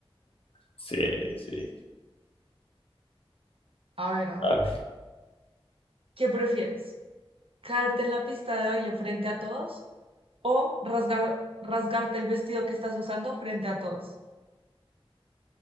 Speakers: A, on the left (about 65°); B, on the right (about 65°).
A: sí, sí.
B: A ver, a ver.
A: Ah.
B: ¿Qué prefieres? ¿Caerte en la pista de baile frente a todos o rasgar, rasgarte el vestido que estás usando frente a todos?